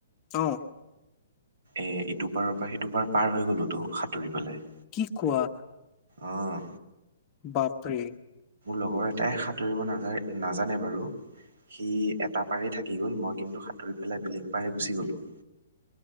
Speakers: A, on the left; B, on the right.
A: অ
B: এ ইটো পাৰৰ পৰা সিটো পাৰ পাৰ হৈ গলো তো সাঁতুৰি পেলাই।
A: কি কোৱা।
B: অঁ
A: বাপৰে
B: লগৰ এটাই সাঁতুৰিব ন নাজানে বাৰু সি এটা পাৰেই থাকি গ'ল মই কিন্তু সাঁতুৰি পেলাই বেলেগ পাৰে গুচি গ'লোঁ